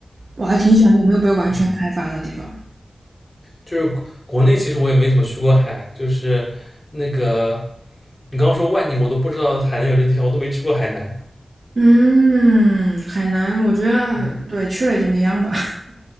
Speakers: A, on the right; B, on the left.
A: 我还挺喜欢那种没有被完全开发的地方。
B: 嗯，就是国国内其实我也没怎么去过海，就是那个你刚刚说万宁，我都不知道海南有这地方，我都没去过海南。
A: 嗯，海南我觉得对去了也就那样吧。
B: 嗯，